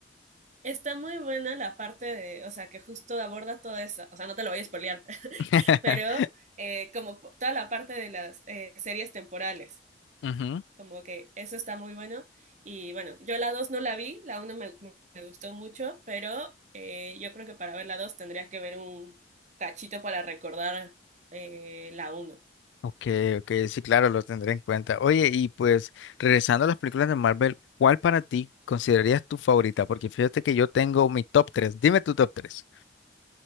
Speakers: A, on the right; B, on the left.
A: está muy buena la parte de, o sea, que justo aborda todo eso, o sea, no te lo voy a spoilear,
B: <laughs>
A: pero eh, como po- toda la parte de las eh, series temporales,
B: Ujú.
A: como que eso está muy bueno. Y bueno, yo la 2 no la vi, la uno me, me- me gustó mucho, pero eh, yo creo que para ver la 2 tendrías que ver un cachito para recordar eh, la 1.
B: Ok, ok, sí, claro, lo tendré en cuenta. Oye, y pues regresando a las películas de Marvel, ¿cuál para ti considerarías tu favorita? Porque fíjate que yo tengo mi top tres. Dime tu top tres.